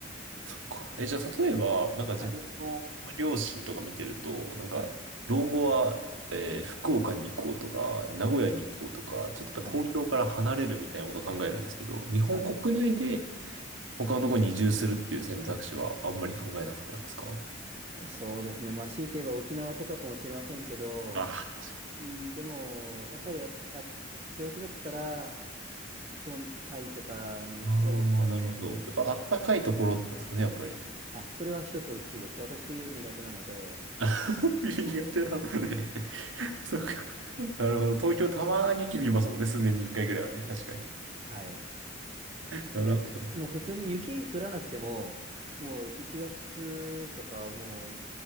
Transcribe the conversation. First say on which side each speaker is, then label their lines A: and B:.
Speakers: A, on the right; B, on the right.
A: そっか。え、じゃあ例えば、なんか自分の両親とか見てると、
B: はい、
A: なんか、
B: はい、
A: 老後はえ福岡に行こうとか、名古屋に行こうとか、ちょっとやっぱ東京から離れるみたいなことを考えるんですけど、
B: はい、
A: 日本国内で
B: はい、はい。
A: 他のところに移住するっていう選択肢はあんまり考えなかったんですか
B: そうですね。まあ、強いて言えば沖縄とかかもしれませんけど、
A: ああ、確か
B: うん、でも、やっぱりあ、あどうせだったら、どん、タイとかに行きたいですかね。
A: に。ああ、なるほど。やっぱあったかいところだったんですかね、やっぱり。
B: あ、それは一つ大きいです。私、冬苦手なので、
A: <laughs> 冬苦手なのでそうか。<laughs> なるほど。東京たまに雪降りますもんね。数年に一回ぐらいはね。確かに。
B: はい。
A: なるほど。
B: いや、普通、もう普通に雪降らなくても、もう1月とかはもう、